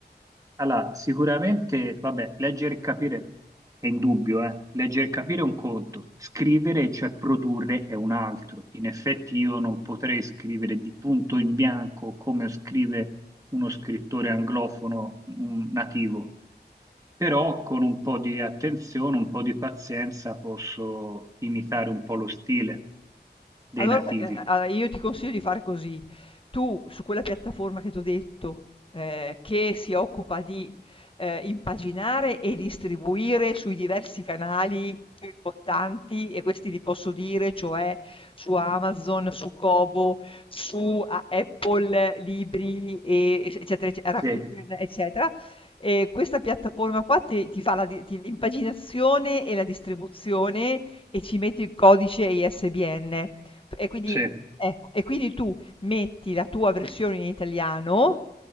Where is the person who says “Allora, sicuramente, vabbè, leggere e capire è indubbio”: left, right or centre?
Right